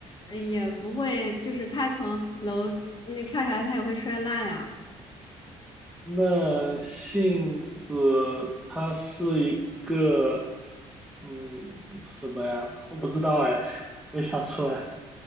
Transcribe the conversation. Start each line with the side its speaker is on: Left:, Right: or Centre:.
Left: 呃也不会，就是它从楼那跳下来，它也会摔烂呀。
Centre: 那杏子它是一个，嗯，什么呀？我不知道哎，没想出来。